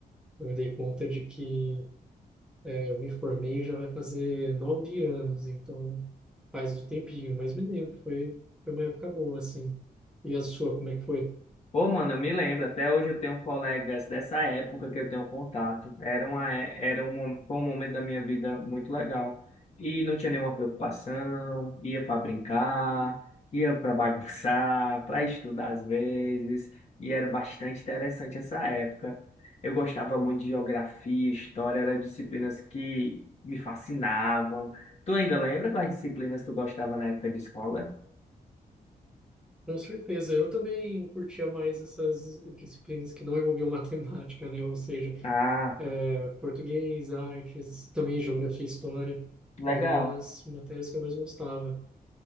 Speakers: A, in the centre; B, on the left (about 45°).
A: eu me dei conta de que é, eu me formei já vai fazer nove anos, então faz um tempinho, mas me lembro, foi, foi uma época boa, assim. E a sua, como é que foi?
B: Pô, mano, eu me lembro, até hoje eu tenho colegas dessa época que eu tenho contato. Era uma, é- era um, mo- foi um momento da minha vida muito legal. E não tinha nenhuma preocupação, ia para brincar, ia para bagunçar, <laughs> para estudar às vezes, e era bastante interessante essa época. Eu gostava muito de geografia, história, eram disciplinas que me fascinavam. Tu ainda lembra quais disciplinas tu gostava na época de escola?
A: Com certeza, eu também curtia mais essas disciplinas que não envolviam <laughs> matemática, né? Ou seja,
B: Ah,
A: eh, português, artes, também geografia e história
B: legal.
A: eram as matérias que eu mais gostava.